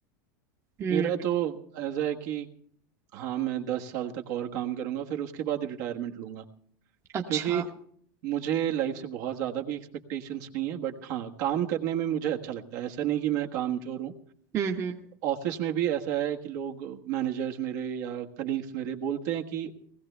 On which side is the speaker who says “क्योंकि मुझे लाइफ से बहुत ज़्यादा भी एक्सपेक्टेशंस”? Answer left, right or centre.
Right